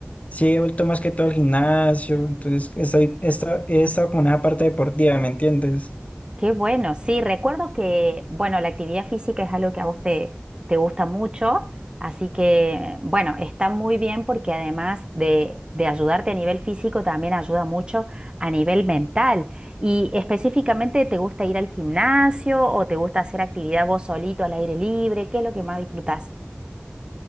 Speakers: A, on the left; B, on the right.
A: Sí, he vuelto más que todo al gimnasio, entonces estoy, esta- he estado como en esa parte deportiva, ¿me entiendes?
B: Qué bueno, sí, recuerdo que, bueno, la actividad física es algo que a vos te, te gusta mucho, así que, bueno, está muy bien porque además de, de ayudarte a nivel físico, también ayuda mucho a nivel mental. Y específicamente, ¿te gusta ir al gimnasio o te gusta hacer actividad vos solito al aire libre? ¿Qué es lo que más disfrutás?